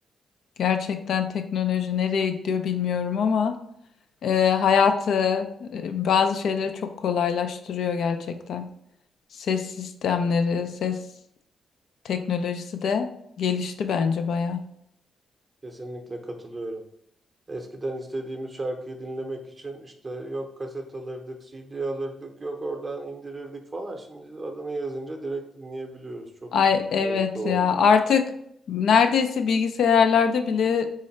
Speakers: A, on the left; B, on the right.
A: Gerçekten teknoloji nereye gidiyor bilmiyorum ama e, hayatı e, bazı şeyleri çok kolaylaştırıyor gerçekten. Ses sistemleri, ses teknolojisi de gelişti bence bayağı.
B: Kesinlikle katılıyorum. Eskiden istediğimiz şarkıyı dinlemek için işte yok kaset alırdık, CD alırdık, yok oradan indirirdik falan. Şimdi adını yazınca direkt dinleyebiliyoruz. Çok
A: Ay
B: büyük
A: evet
B: kolaylık da oldu.
A: ya artık neredeyse bilgisayarlarda bile